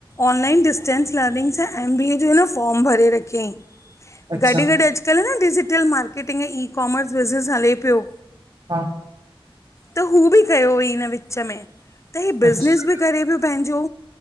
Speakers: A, on the left (about 30°); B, on the right (about 50°).
A: ऑनलाइन डिस्टेंस लर्निंग सा एम बी ए जो हिन फॉर्म भरे रखियईं।
B: अच्छा
A: गॾु गॾु अॼुकल्ह न डिजिटल मार्केटिंग ऐं ई कॉमर्स बिज़नेस हले पियो।
B: हा
A: त हू बि कयो हुयईं हिन विच में, त हे
B: अच्छा
A: बिज़नेस बि करे पियो पंहिंजो,